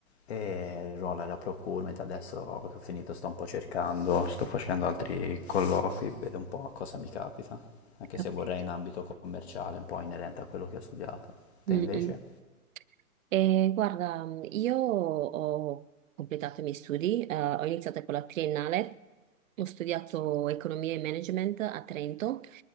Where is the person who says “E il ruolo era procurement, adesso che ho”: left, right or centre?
Left